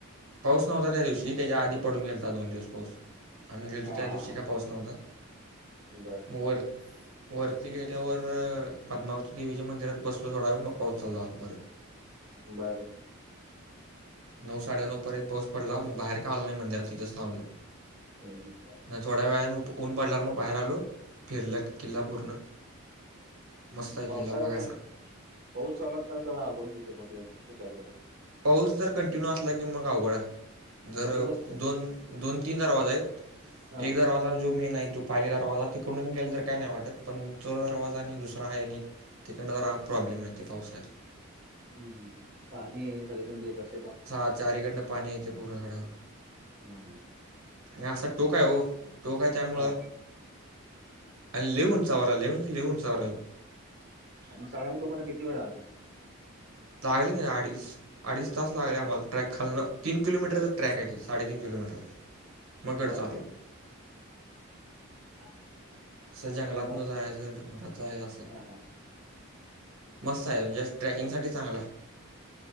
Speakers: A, on the right (about 85°); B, on the right (about 45°).
A: पाऊस नव्हता त्या दिवशी तेज्या आधी पडून गेलता दोन दिवस पाऊस आम्ही गेलो
B: हा
A: त्या
B: हा
A: दिवशी
B: हा
A: काय पाऊस नव्हता.
B: <inaudible>
A: मग वर वरती गेल्यावर पद्मावती देवीच्या मंदिरात बसलो थोडा मग पाऊस चालू झाला परत
B: <inaudible>
A: नऊ साडेनऊ पर्यंत पाऊस पडला म बाहेर काय आलो नाइ मंदिरात तिथंच थांबलो.
B: हम्म.
A: नाय थोड्या वेळान उ ऊन पडल्यावर म बाहेर आलो फिरलत किल्ला पूर्ण मस्त आहे
B: पावसाळ्यात
A: किल्ला बघायसारखा
B: काय पाऊस चालू असला सगळं अवघड होतंय <unintelligible>
A: पाऊस जर कंटिन्यू असला की मग अवघड आहे. जर
B: बंदच असतील
A: दोन दोन तीन दरवाज आहेत.
B: हा
A: एक दरवाजा जो मी नाही तो पहिले दरवाजा तिकडून गेला तर काय नाही वाटत पण चो दरवाजा आणि दुसरा आहे आणि तिकडनं जरा प्रॉब्लेम आहे ते पावसात.
B: हम् पाणी हे सगळीकड येत असत.
A: स झारीकडनं पाणी यायचें पूर्ण खड्यावर.
B: हम्म
A: आणि असा टोकाय हो टोकाय त्यामुळं
B: हा
A: आणि लय उंचावर आलय लय उंचावर राही
B: <unintelligible> तुम्हाला किती वेळ लागतो?
A: लागले की अडीच अडीच तास लागले आम्हाला ट्रॅक खालनं तीन किलोमीटरचा ट्रॅक हाय तिथं साडेतीन किलोमीटर म
B: बर
A: गड चालू
B: बर <inaudible>
A: असं जंगलात
B: बर.
A: न जायचं डोंगराच असं
B: हा हा
A: मस्त हाय म्हणजे ट्रेकिंगसाठी चांगलाय